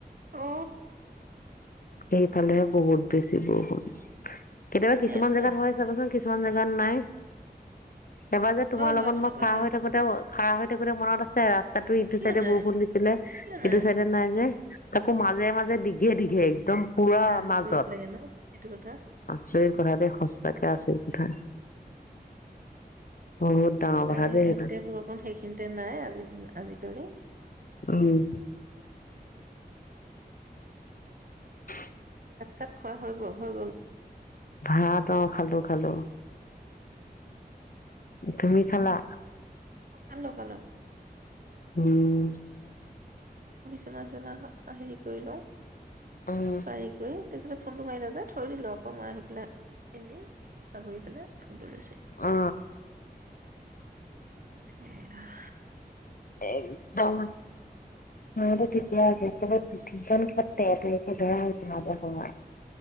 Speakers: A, on the right; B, on the left.
A: অ
B: এইফালেহে বহুত বেছি বৰষুণ। কেতিয়াবা
A: আমাৰ
B: কিছুমান
A: ইয়াতো
B: জেগাত
A: নাই
B: হয় চাবচোন, কিছ <unintelligible> জেগাত নাই এবাৰ যে তোমাৰ
A: হয়
B: লগত
A: হয় তেনেকুৱা
B: মই খাৰ
A: হয়
B: হৈ থাকোতে খাৰা হৈ থাকোতে মনত আছে ৰাস। তাতো ইটো
A: কিয়
B: চাইডে
A: নাই
B: বৰষুণ দিছিলে
A: কিয়
B: এইটো
A: নাই
B: চাইডে নাই যে তাকো মাজে মাজে দীঘে দীঘে পুৰা
A: আচৰিত
B: মাজত।
A: লাগে ন, সেইটো কথা।
B: আচৰিত কথা দেই। সঁচাকে আচৰিত কথা। বহুত ডাঙৰ কথা
A: এইখিনিতে
B: দেই সেইটো
A: বৰষুণ সেইখিনিতে নাই আজি আজিকালি
B: উম হয়
A: ভাত-চাত খোৱা হৈ গ'ল, হৈ গ'ল?
B: ভাতা অ খালো খালো তুমি খালা?
A: অ', খালো-খালো।
B: উম।
A: তোমাৰ নিচিনা হা-হেৰি কৰি লওঁ।
B: উম
A: তাই গৈ তাৰপিছতে ফোনটো মাৰিলে যে, থৈ দিলো আকৌ মই আহি পেলাই, এনেই। পাহৰি পেলাই ফোনটো লৈছো।
B: অ
A: এ, আহ।
B: একদম মূৰতে <unintelligible> পিঠিখন কিবা তেৰা তেৰিকে ধৰা হৈছে, মাজে সময়ে।